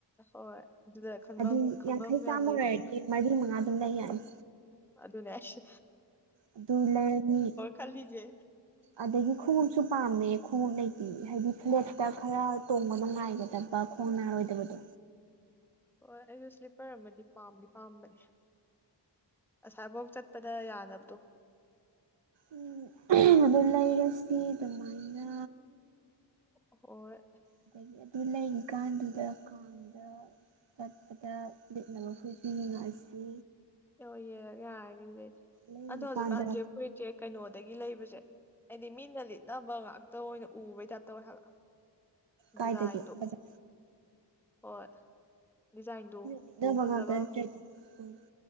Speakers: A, in the centre; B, on the right.
A: ꯍꯣꯏ ꯑꯗꯨꯗ ꯈꯟꯕꯝ
B: ꯑꯗꯨ
A: ꯈꯟꯕꯝ
B: ꯌꯥꯡꯈꯩ ꯆꯥꯝꯃ
A: ꯌꯥꯝ ꯂꯩꯕꯅꯦꯕ
B: ꯂꯩꯔꯗꯤ ꯃꯔꯤ ꯃꯉꯥ ꯑꯗꯨꯝ ꯂꯩ ꯌꯥꯅꯤ
A: ꯑꯗꯨꯅꯦ ꯍꯥꯏꯁꯦ
B: ꯑꯗꯨ ꯂꯩꯔꯅꯤ
A: ꯈꯜꯂꯤꯁꯦ
B: ꯑꯗꯒꯤ ꯈꯣꯡꯉꯨꯞꯁꯨ ꯄꯥꯝꯃꯦ ꯈꯣꯡꯎꯞ ꯂꯩꯇꯦ ꯍꯥꯏꯗꯤ ꯐ꯭ꯂꯦꯠꯇ ꯈꯔ ꯇꯣꯡꯕ ꯅꯨꯡꯉꯥꯏꯒꯗꯕ ꯈꯣꯡ ꯅꯥꯔꯣꯏꯗꯕꯗꯣ
A: ꯍꯣꯏ ꯑꯩꯁꯨ ꯁ꯭ꯂꯤꯞꯄꯔ ꯑꯃꯗꯤ ꯄꯥꯝꯗꯤ ꯄꯥꯝꯕꯅꯦ ꯑꯁꯥꯏꯐꯥꯎ ꯆꯠꯄꯗ ꯌꯥꯅꯕꯗꯣ
B: ꯎꯝ <unintelligible> ꯂꯩꯔꯥꯁꯤ ꯑꯗꯨꯃꯥꯏꯅ
A: ꯍꯣꯏ
B: ꯑꯗꯒꯤ ꯑꯗꯨ ꯂꯩꯔꯤꯀꯥꯟꯗꯨꯗ ꯀꯥꯡꯗ ꯆꯠꯄꯗ ꯂꯤꯠꯅꯕ ꯐꯨꯔꯤꯠꯁꯨ ꯌꯦꯡꯉꯛꯑꯁꯤ
A: ꯑꯣ ꯌꯦꯡꯉꯒꯦ ꯌꯥꯔꯅꯤ
B: ꯂꯩꯔꯤꯀꯥꯟꯗ
A: ꯑꯗꯣ ꯍꯧꯖꯤꯛꯀꯥꯟꯁꯦ ꯐꯨꯔꯤꯠꯁꯦ ꯀꯩꯅꯣꯗꯒꯤ ꯂꯩꯕꯁꯦ ꯍꯥꯏꯗꯤ ꯃꯤꯅ ꯂꯤꯠꯅꯕ ꯉꯥꯛꯇ ꯑꯣꯏꯅ ꯎꯕꯩ ꯇꯥꯏꯞꯇ ꯇꯧꯋꯦ ꯍꯥꯏꯕ
B: ꯀꯥꯏꯗꯒꯤ
A: ꯗꯤꯖꯥꯏꯟꯗꯣ
B: ꯕꯖꯥ
A: ꯍꯣꯏ ꯗꯤꯖꯥꯏꯟꯗꯣ
B: ꯂꯤꯠꯅꯕ
A: ꯐꯖꯕ
B: ꯉꯥꯛꯇ ꯅꯠꯇ꯭ꯔꯗꯤ ꯎꯝ